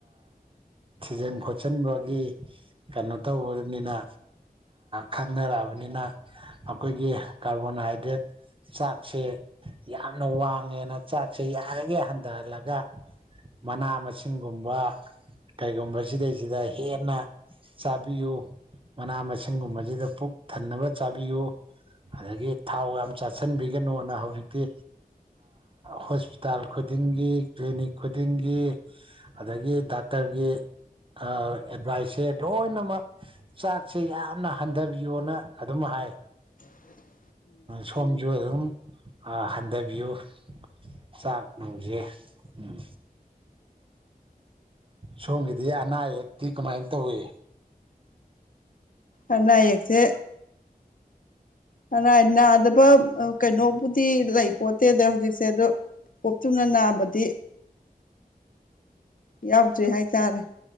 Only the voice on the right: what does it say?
ꯊꯤꯖꯤꯟ ꯈꯣꯠꯆꯤꯟꯕꯒꯤ ꯀꯩꯅꯣ ꯇꯧꯕꯅꯤꯅ ꯈꯪꯅꯔꯛꯑꯕꯅꯤꯅ ꯑꯩꯈꯣꯏꯒꯤ ꯀꯥꯔꯕꯣꯅꯍꯥꯏꯗ꯭ꯔꯦꯠ ꯆꯥꯛꯁꯦ ꯌꯥꯝꯅ ꯋꯥꯡꯉꯦꯅ ꯆꯥꯛꯁꯦ ꯌꯥꯔꯒꯦ ꯍꯟꯊꯍꯜꯂꯒ ꯃꯅꯥ ꯃꯁꯤꯡꯒꯨꯝꯕ ꯀꯩꯒꯨꯝ ꯁꯤꯗꯩꯁꯤꯗ ꯍꯦꯟꯅ ꯆꯥꯕꯤꯌꯨ ꯃꯅꯥ ꯃꯁꯤꯡꯒꯨꯝꯕꯁꯤꯗ ꯄꯨꯛ ꯊꯟꯅꯕ ꯆꯥꯕꯤꯌꯨ ꯑꯗꯒꯤ ꯊꯥꯎ ꯌꯥꯝ ꯆꯥꯁꯤꯟꯕꯤꯒꯅꯨꯅ ꯍꯧꯖꯤꯛꯇꯤ ꯍꯣꯁꯄꯤꯇꯥꯜ ꯈꯨꯗꯤꯡꯒꯤ ꯀ꯭ꯂꯤꯅꯤꯛ ꯈꯨꯗꯤꯡꯒꯤ ꯑꯗꯒ ꯛꯇꯔꯒꯤ ꯑꯦꯠꯚꯥꯏꯁꯁꯦ ꯂꯣꯏꯅꯃꯛ ꯆꯥꯛꯁꯦ ꯌꯥꯝꯅ ꯍꯟꯊꯕꯤꯌꯣꯅ ꯑꯗꯨꯝ ꯍꯥꯏ
ꯁꯣꯝꯁꯨ ꯑꯗꯨꯝ ꯍꯟꯊꯕꯤꯌꯨ <inaudible> ꯆꯞꯒ ꯎꯝ ꯁꯣꯝꯒꯤꯗꯤ ꯑꯅꯥ ꯑꯌꯦꯛꯛꯇꯤ ꯀꯃꯥꯏꯅ ꯇꯧꯏ